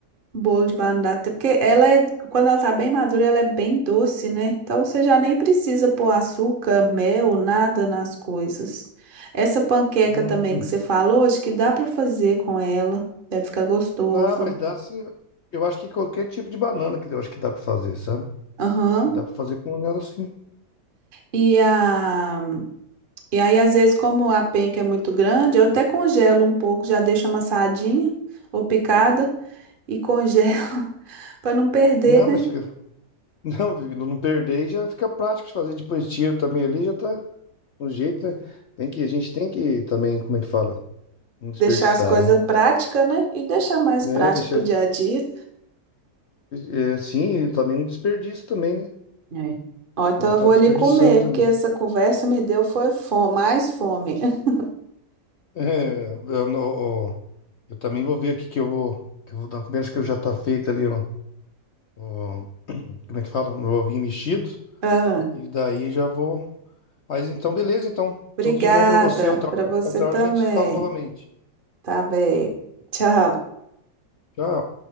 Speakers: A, on the right; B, on the left.
A: Bolo de banana, porque ela é, quando ela tá bem madura, ela é bem doce, né? Então você já nem precisa pôr açúcar, mel, nada nas coisas. Essa panqueca
B: Hum.
A: também que você falou, acho que dá pra fazer com ela, deve ficar gostoso.
B: Não, mas dá sim. Eu acho que qualquer tipo de banana que eu acho que dá pra fazer, sabe?
A: Aham.
B: Acho que dá pra fazer com ela sim.
A: E a e aí às vezes como a penca é muito grande, eu até congelo um pouco, já deixo amassadinha ou picada e congelo <laughs> pra não perder,
B: Não,
A: né?
B: mas fica. Não, fica- não perder já fica prático de fazer depois tiro também ali, já tá no jeito, né? Tem que, a gente tem que também, como é que fala? Não desperdiçar,
A: Deixar as coisas
B: né?
A: práticas, né? E deixar mais
B: É,
A: prático
B: deixar.
A: pro dia a dia.
B: É, assim, e também não desperdiça também, né?
A: É. Ó, então
B: Não
A: eu
B: tá
A: vou
B: desperdiçando
A: ali comer,
B: também.
A: porque essa conversa me deu foi fome, mais fome. <laughs>
B: É, eu, não- ó, eu também vou ver aqui que eu vou. Que eu vou dar um comida, acho que já tá feito ali, ó. ó, como é que fala? Meu ovinho mexido.
A: Ah,
B: E daí já vou. Mas então, beleza, então.
A: obrigada
B: Tudo de bom pra você. Outra,
A: para você
B: outra
A: também.
B: hora a gente se fala novamente.
A: Tá bem. Tchau.
B: Tchau.